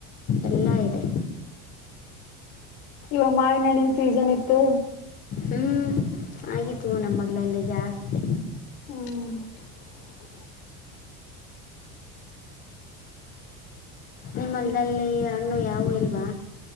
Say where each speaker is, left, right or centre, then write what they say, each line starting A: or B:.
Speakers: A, on the left; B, on the left.
A: ಎಲ್ಲಾ ಇದೆ
B: ಇವಾಗ ಮಾವಿನ ಹಣ್ಣಿನ್ ಸೀಸನ್ ಇತ್ತು
A: ಹ್ಞೂಂ ಆಗಿದವು ನಮ್ಮ ಹೋಲದಲ್ಲೇ ಜಾಸ್ತಿ
B: ಹ್ಮ್
A: ನಿಮ್ಮ ಹೋಲದಲ್ಲಿ ಹಣ್ಣು ಯಾವವು ಇಲ್ವಾ